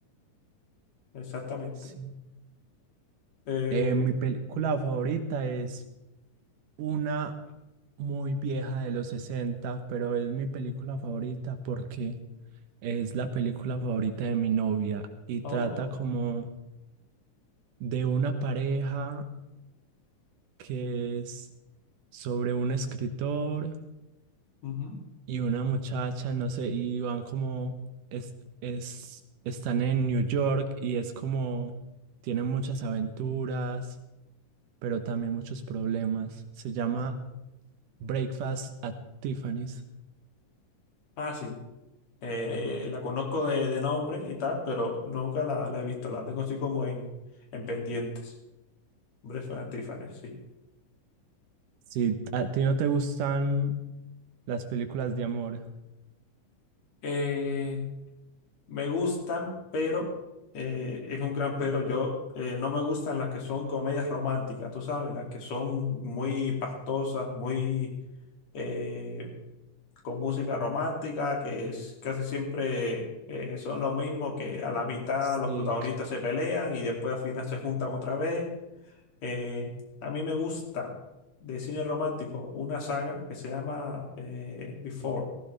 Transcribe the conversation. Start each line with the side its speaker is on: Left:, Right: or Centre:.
Left: exactamente.
Right: Sí.
Left: Eh,
Right: Eh, mi película favorita es una muy vieja de los 60 pero es mi película favorita porque es la película favorita de mi novia y trata
Left: oh,
Right: como de una pareja que es sobre un escritor
Left: ujú.
Right: y una muchacha, no sé, y van como, es, es, están en New York y es como, tienen muchas aventuras, pero también muchos problemas. Se llama... Breakfast at Tiffany's.
Left: Ah, sí. Eh, la conozco de, de nombre y tal, pero nunca la, la he visto. La tengo así como en, en pendientes. Breath and Tiffany, sí.
Right: Si a ti no te gustan las películas de amor.
Left: Eh, me gustan, pero eh, es un gran pero. Yo eh, no me gustan las que son comedias románticas, tú sabes, las que son muy pastosas, muy eh, con música romántica, que es casi siempre eh, son lo mismo, que a la mitad
Right: Sí,
Left: los protagonistas
Right: que-
Left: se pelean y después al final se juntan otra vez. Eh, a mí me gusta de cine romántico una saga que se llama eh, Before.